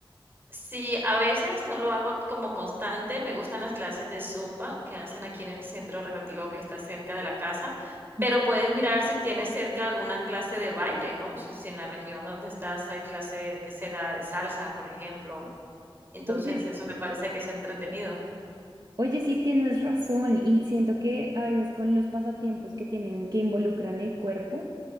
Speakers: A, on the right; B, on the right.
A: Sí, a veces no lo hago como constante, me gustan las clases de Zumba que hacen aquí en el centro recreativo que está cerca de la casa, pero
B: Ujú.
A: puedes mirar si tienes cerca alguna clase de baile, ¿no? Si si en la región donde estás hay clase, que será? De salsa, por ejemplo. Entonces,
B: Oye,
A: eso me parece que es entretenido.
B: Oye, sí tienes razón y siento que a veces con los pasatiempos que tienen que involucran el cuerpo,